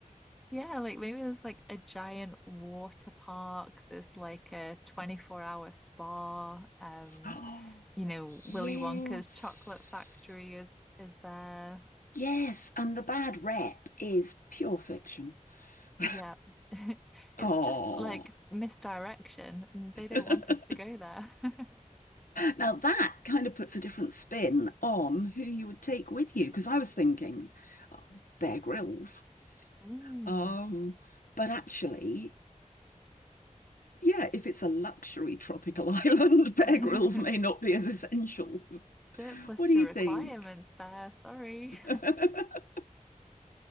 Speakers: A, in the centre; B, on the left.
A: Yeah, like maybe there's like a giant water park. There's like a 24 hour spa. Um,
B: Oh,
A: you know, Willy
B: yes.
A: Wonka's chocolate factory is is there.
B: Yes, and the bad rep is pure fiction. <laughs>
A: Yeah. <laughs> It's
B: Oh.
A: just like misdirection. They don't
B: <laughs>
A: want us to go there. <laughs>
B: Now that kind of puts a different spin on who you would take with you, because I was thinking, oh, Bear Grylls.
A: Mm.
B: Um, but actually, yeah, if it's a luxury tropical <laughs> island, Bear
A: <laughs>
B: Grylls may not be as essential. <laughs>
A: surplus
B: What
A: to
B: do you
A: requirements,
B: think?
A: bear. Sorry. <laughs>
B: <laughs>